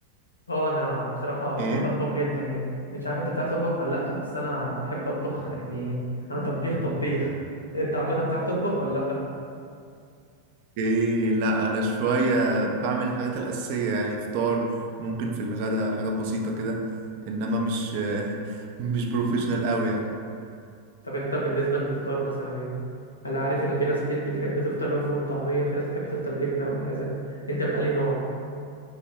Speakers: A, on the left (about 80°); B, on the right (about 45°).
A: اه انا بصراحه بحب
B: ايه
A: اطبخ جدا يعني مش عارف انت بتعرف تطبخ ولا لا بس انا بحب اطبخ يعني انا طبيخ طبيخ انت عامه بتعرف تطبخ ولا لا
B: اوكي لا انا شويه بعمل الحاجات الاساسيه يعني فطار ممكن في الغدا حاجات بسيطه كده انما مش <laughs> مش بروفيشنال قوي يعني
A: طب انت بالنسبه للفطار مثلا يعني انا عارف ان في ناس كتير بتحب تفطر لو فول وطعميه وفي ناس بتحب تفطر جبنه وهكذا انت من انهي نوع